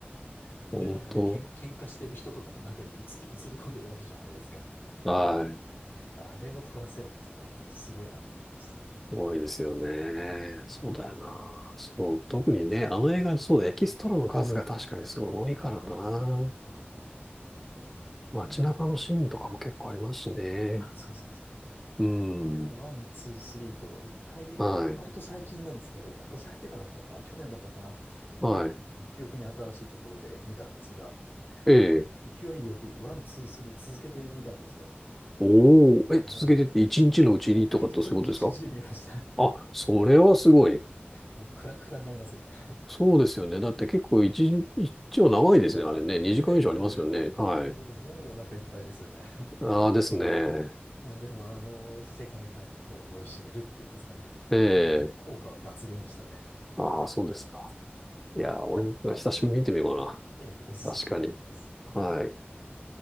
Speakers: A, on the left (about 60°); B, in the centre.
A: そうで、
B: 本当、
A: なんかね、けん、喧嘩してる人とかも中に映って、映り込んでるわけじゃないですか。
B: はい、
A: あれを取らせるっていうのは本当すごいなと思いました。
B: すごいですよね。
A: うん
B: そうだよな。そう、特にね、あの映画、そうだ、エキストラの数が確かにすごい多いからな。
A: そうそうそうそうそ
B: 街中のシーンとかも結構ありますしね。
A: う。で、まあ、うんあ、そうそうそう。
B: うん、
A: で、まあ、ワン、ツー、スリーと、一回、
B: はい、
A: 割と最近なんですけど、今年入ってからだったかな、去年だったかな。
B: はい。
A: まあ、記憶に新しいところで見たんですが、
B: ええ
A: 勢いよくワン、ツー、スリー続けてみたんですよ。
B: おお、え、
A: も
B: 続けてって一日のうちにとかってそういうことですか
A: う、<laughs> 一日、一日で見ました。
B: あ、それはすごい。
A: もう、クラクラになりますよね。
B: そうですよね。だって結構一日、一応長いですね。あれね。2時間以上ありますよね。
A: 長いですね。<laughs>
B: はい。
A: もう、もう、もうお腹いっぱいですよね。
B: ああですね。
A: いや、でもあの、世界観にこう酔いしれるっていうんですかね。
B: え
A: まあ <laughs> もう効果は抜群でしたね。
B: え。ああ、そうですか。
A: <laughs> え
B: いやー、俺も久しぶりに見てみようか
A: え、ええおすすめいたします。
B: な。確かに。
A: <laughs>
B: はい。